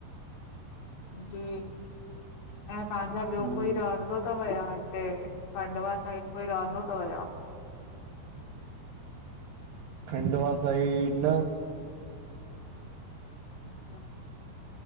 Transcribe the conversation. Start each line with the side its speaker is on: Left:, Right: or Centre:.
Left: जी ऐं तहांजा ॿियो
Right: हम्म
Left: कोई रहंदो थव? हुया उते खंडवा साइड कोई रहंदो तवया?
Right: खंडवा साइड न।
Left: अच्छा <unintelligible>